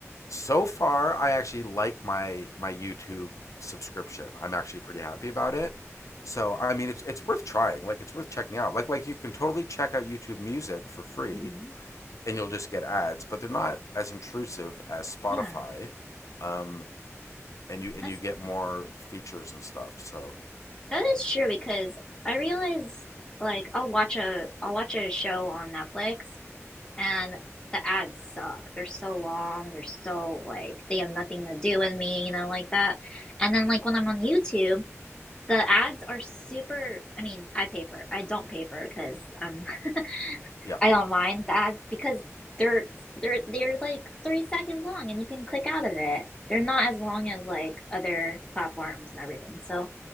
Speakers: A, on the left; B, on the left.
A: So far, I actually like my my YouTube subscription. I'm actually pretty happy about it. So I mean, it's it's worth trying. Like it's worth checking out. Like like you can totally check out YouTube Music for free,
B: hmm
A: and you'll just get ads, but they're not as intrusive as Spotify,
B: Yeah.
A: um, and you and
B: That's,
A: you get more features and stuff. So
B: that is true because I realize like I'll watch a, I'll watch a show on Netflix and the ads suck. They're so long. They're so like, they have nothing to do with me, you know, like that. And then like when I'm on YouTube, The ads are super. I mean, I pay for. I don't pay for because um, <laughs>
A: yeah,
B: I don't mind the ads because they're they're they're like three seconds long and you can click out of it. They're not as long as like other platforms and everything. So